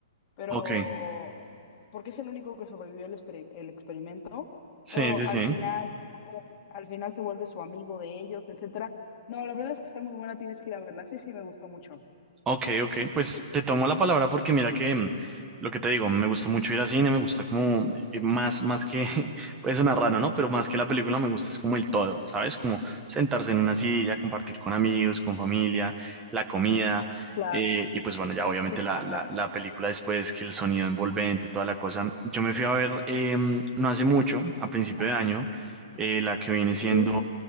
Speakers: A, on the left; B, on the right.
A: pero
B: ok,
A: porque es el único que sobrevivió el, exper- el experimento,
B: sí,
A: pero
B: sí,
A: al
B: sí.
A: final se vuelve, al final se vuelve su amigo de ellos, etcétera. No, la verdad es que está muy buena, tienes que ir a verla. Sí, sí, me gustó mucho.
B: Ok, ok, pues te tomo la palabra porque mira que mm, lo que te digo, me gusta mucho ir al cine, me gusta como eh, más, más que, <laughs> puede sonar raro, ¿no? Pero más que la película me gusta es como el todo, ¿sabes? Como sentarse en una silla, compartir con amigos, con familia, la comida,
A: Claro,
B: eh, y pues bueno, ya obviamente
A: sí, claro.
B: la, la, la película después, que el sonido envolvente, toda la cosa. Yo me fui a ver eh, no hace mucho, a principio
A: Ajá,
B: de año,
A: ajá.
B: eh,
A: ajá.
B: la que viene siendo
A: Sí.